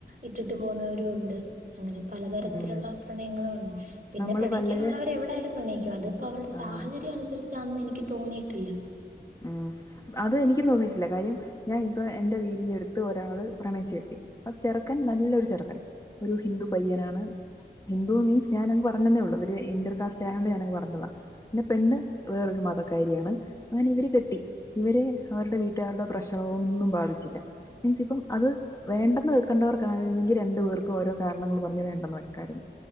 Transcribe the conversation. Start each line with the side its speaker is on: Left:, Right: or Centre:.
Right: ഇട്ടിട്ട് പോകുന്നവരും രുണ്ട് അങ്ങനെ പലതരത്തിലുള്ള
Left: ഉം.
Right: പ്രണയങ്ങളും ഉണ്ട്. പിന്നെ
Left: നമ്മള്
Right: പ്രണയിക്കാനുള്ളവർ
Left: വളരെ
Right: എവിടായാലും പ്രണയിക്കും. അതിപ്പോ അവരുടെ സാ
Left: ആഹ്.
Right: സാഹചര്യം അനുസരിച്ചാന്ന് എനിക്ക് തോന്നിയിട്ടില്ല.
Left: ഉം അത് എനിക്കും തോന്നിയിട്ടില്ല കാര്യം ഞാൻ ഇപ്പ എന്റെ വീടിന്റെ അടുത്ത് ഒരാള് പ്രണയിച്ചു അപ്പ ചെറക്കൻ നല്ലൊരു ചെറുക്കൻ ഒരു ഹിന്ദു പയ്യനാണ്. ഹിന്ദു മീൻസ് ഞാനങ്ങ് പറഞ്ഞന്നേ ഒള്ളൂ. ഇവര് ഇൻറ്റർ കാസ്റ്റ് ആയോണ്ട് ഞാനത് പറഞ്ഞതാ പിന്ന പെണ്ണ് വേറോരു മതക്കാരിയാണ് അങ്ങനെ ഇവര് കെട്ടി. ഇവര് അവരുടെ വീട്ടുകാരുടെ പ്രശ്നങ്ങളൊന്നും ബാധിച്ചില്ല. മീൻസ് ഇപ്പം അത് വേണ്ടെന്ന് വെക്കേണ്ടവർക്കെങ്കിൽ രണ്ടു പേർക്കും ഓരോ കാരണങ്ങൾ പറഞ് വേണ്ടെന്ന് വെക്കായിരുന്നു